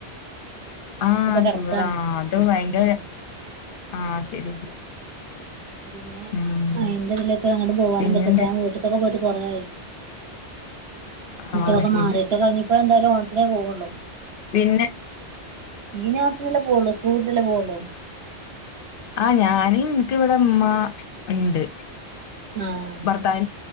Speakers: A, on the left; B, on the right.
A: ആഹ്
B: കിടക്കാണ്
A: ഷുഗറാ അത് ഭയങ്കര
B: ഉം
A: ആഹ് ശരി ശരി.
B: അപ്പൊ പിന്നെ
A: ഉം
B: അയിന്റെ അതിലിപ്പോ അങ്ങോട്ടും പോവാനും
A: പിന്നെന്താ
B: പറ്റാതെ വീട്ടിലൊക്കെ പോയിട്ട്. കൊറായി ഇതൊക്കെ
A: ആഹ് ശരി
B: മാറിയിട്ടൊക്കെ ഇനിയിപ്പോ എന്തായാലും ഓണത്തിന് പോവുള്ളൂ.
A: പിന്നെ
B: ഈ ഓണത്തിനല്ലേ പോവൊള്ളൂ, സ്കൂൾ വിട്ടിട്ടല്ലേ പോവൊള്ളൂ.
A: ആഹ് ഞാന് എനിക്ക് ഇവിടെ ഉമ്മ ഇണ്ട്.
B: ആഹ്
A: ഭർത്താവിന്